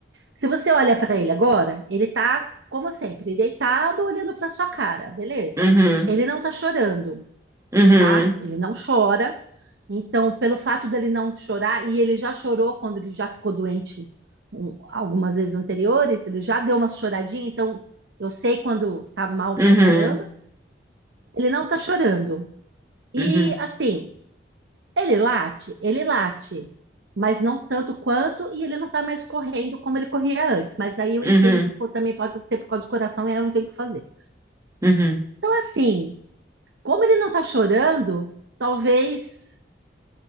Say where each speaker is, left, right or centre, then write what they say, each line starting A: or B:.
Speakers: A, on the right; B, on the right.
A: Se você olha pra ele agora, ele tá, como sempre, deitado, olhando pra sua cara, beleza?
B: Uhum,
A: Ele não tá chorando,
B: uhum,
A: tá? Ele não chora. Então, pelo fato dele não chorar, e ele já chorou quando ele já ficou doente um, algumas vezes anteriores, ele já deu uma choradinha, então eu sei quando tá mal
B: uhum,
A: pra caramba. Ele não tá chorando. E
B: uhum,
A: assim, ele late, ele late, mas não tanto quanto, e ele não tá mais correndo como ele corria antes. Mas aí eu
B: uhum,
A: entendo que pô, também pode ser por causa do coração e aí eu não tenho o que fazer.
B: uhum, uhum,
A: Então, assim, como ele não tá chorando, talvez